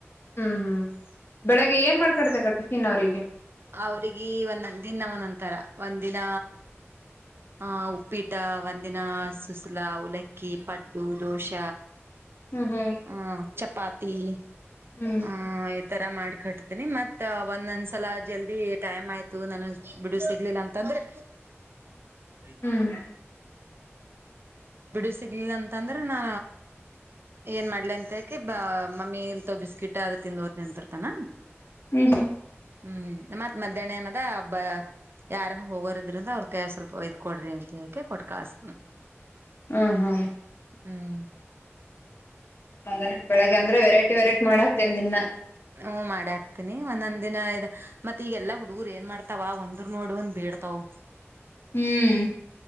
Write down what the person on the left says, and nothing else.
ಹ್ಮ್ ಹ್ಮ್ ಬೆಳಿಗ್ಗೆ ಏನ್ ಮಾಡ್ಕಡ್ತೆ ಟಿಫಿನ್. ಅವ್ರಿಗೆ
ಹ್ಮ್ ಹ್ಮ್
ಹ್ಮ್
ಹ್ಮ್
ಹ್ಮ್ ಹ್ಮ್.
ಹ್ಮ್ ಹ್ಮ್
ಅದನ ಬೆಳಗ್ ಅಂದ್ರೆ ವೆೈಟಿ ವೆರೈಟಿ ಮಾಡ ಹಾತೇನ್ ದಿನ.
ಹ್ಮ್.